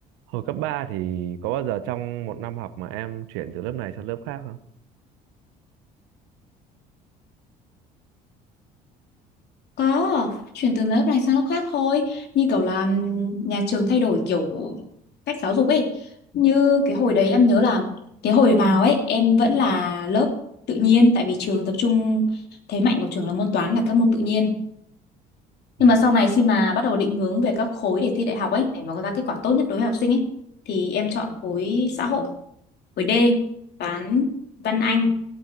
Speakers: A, on the right; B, on the left.
A: Hồi cấp 3 thì có bao giờ trong một năm học mà em chuyển từ lớp này sang lớp khác không?
B: Có, chuyển từ lớp này sang lớp khác thôi. Như kiểu là ừm, nhà trường thay đổi kiểu cách giáo dục ấy. Như cái hồi đấy em nhớ là cái hồi vào ấy em vẫn là lớp tự nhiên tại vì trường tập trung thế mạnh của trường là môn toán là các môn tự nhiên. Nhưng
A: Ừ,
B: mà sau này khi mà bắt đầu định hướng về các khối để thi đại học ấy để mà có ra kết quả tốt nhất đối với học sinh ấy thì em chọn khối xã hội với D toán văn Anh